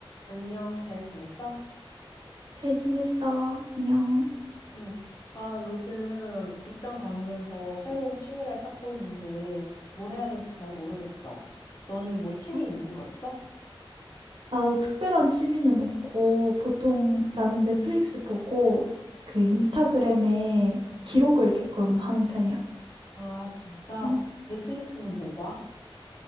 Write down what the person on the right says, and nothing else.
잘 지냈어. 안녕.
어,
나도 특별한 취미는 없고, 보통 나는 넷플릭스 보고, 그 인스타그램에 기록을 조금 하는 편이야.
어,